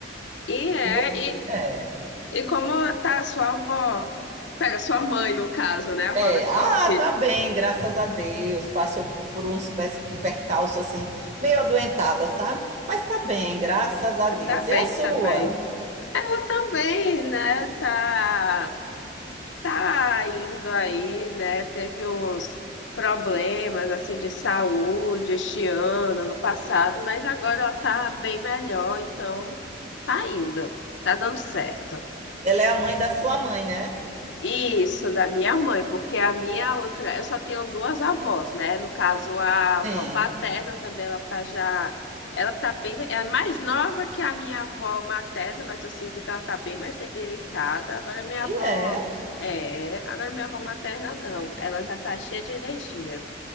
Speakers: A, on the left; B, on the right.
A: E é,
B: E você?
A: e,
B: É,
A: e como tá a sua avó? Pera, sua mãe, no caso, né? A
B: é.
A: avó das
B: Ah,
A: suas <laughs> filhas.
B: tá bem, graças a Deus. Passou por uns pe- percalços assim, meio adoentada, sabe? Mas tá bem, graças a
A: Ainda
B: Deus.
A: bem,
B: E a sua?
A: tá bem. Ela também, né? Tá. tá indo aí, né? Teve uns problemas assim de saúde este ano, no passado, mas agora ela tá bem melhor, então tá indo, tá dando certo.
B: Ela é a mãe da sua mãe, né?
A: Isso, da minha mãe, porque a minha outra, eu só tenho duas avós, né? No caso, a avó
B: Sim.
A: paterna também, ela tá já, ela tá bem, é mais nova que a minha avó materna, mas eu sinto que ela tá bem mais debilitada. Agora minha
B: E
A: avó,
B: é.
A: é, agora minha avó materna não, ela já tá cheia de energia.